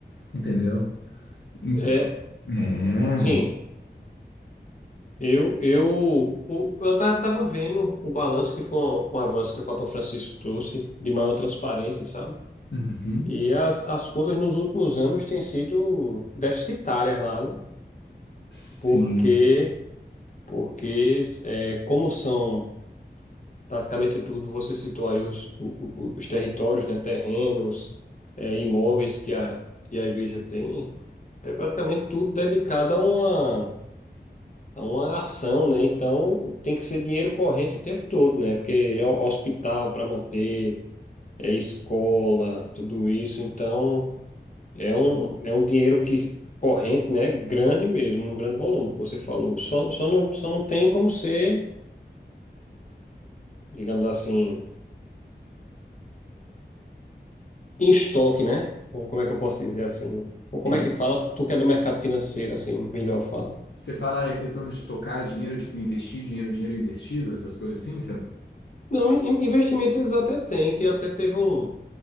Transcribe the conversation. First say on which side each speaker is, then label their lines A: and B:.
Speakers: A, on the left (about 85°); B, on the left (about 45°).
A: entendeu? Então,
B: é,
A: é.
B: sim, eu eu o- eu ta- tava vendo o balanço que foi um, um avanço que o Papa Francisco trouxe de maior transparência, sabe?
A: Uhum,
B: E as, as contas nos últimos anos têm sido deficitárias lá, né?
A: sim.
B: Porque porque é, como são praticamente tudo, você citou aí os, o- o- os territórios, né, terrenos, é, imóveis que a, que a igreja tem, é praticamente tudo dedicado a uma, a uma ação, né? Então tem que ser dinheiro corrente o tempo todo, né? Porque é ho- hospital para manter, é escola, tudo isso, então é um, é um dinheiro que corrente, né? Grande mesmo, um grande volume, como você falou. Só, só não, só não tem como ser digamos assim, em estoque, né? Ou como é que eu posso dizer assim? Ou como
A: E
B: é que fala? Tu que é do mercado financeiro, assim, melhor fala.
A: Você fala a questão de tocar dinheiro, tipo, investir dinheiro, dinheiro investido, essas coisas assim, certo?
B: Não, in- investimento eles até têm, que até teve um